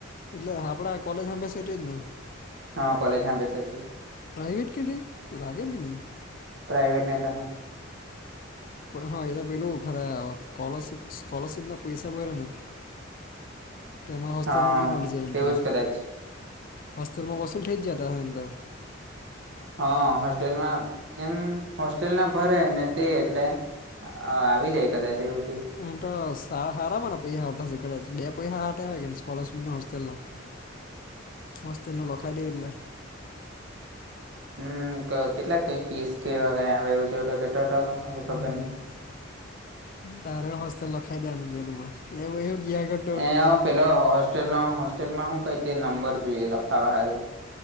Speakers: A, on the left; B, on the right.
A: એટલે આપડા કોલેજ હામે સ એટ જ ને.
B: હા કલેજ હામે છે તે
A: પ્રાઇવેટ કેટલી લાગે બી નહી
B: પપ્રાઇવેટ ના હ.
A: હા એ તો પેલું ખરા સ્કોલરશપ સ્કોલરશિપ ના પૈસા પ ને.
B: <inaudible>
A: ટમાં હોસ્ટલ
B: હા
A: ન ભી મળલી જાયંગ
B: તેવું જ કદાચ
A: હોસ્તેલમાંસુ ફ થેં જતા હતા હ એંદ
B: હા હોસ્ટેલમાં એમ હોસ્ટેલ ના ભરે ને તે એટલે. હ આવી જાય કદાચ એવું કઈ.
A: એ તો સારા હાર મને પૈસા હશે બે પૈસા <unintelligible> સ્કલરશીપ ને હોસ્ટેલ ના
B: <inaudible>
A: હોસ્ટેલનું લખાય દઈ એટલે.
B: હમ કેટલાક કઈ ત્રીસ કેવા ક એવું <unintelligible> છે કે ખબર
A: હમ
B: ન
A: તારે હસ્લ લખાય દેનું બેલુંમાં એવું કિયા કર
B: એ પેલો હોસ્ટેલ હોસ્ટેલમાં શું કઈ હતી નંબર જોઈએ લખાવા હારું